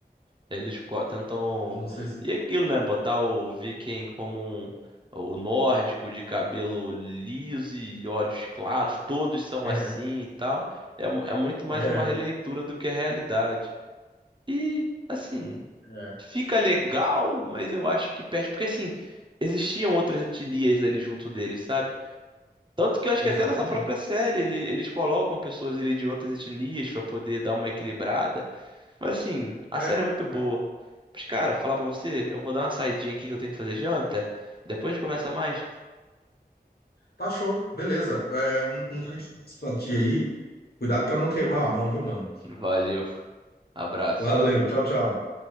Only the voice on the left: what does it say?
Não sei se.
É,
é,
é,
exatamente.
É,
é.
Tá show, beleza. É, um, um grande abraço pra ti aí. Cuidado pra não queimar a mão, viu, mano?
Valeu, tchau, tchau.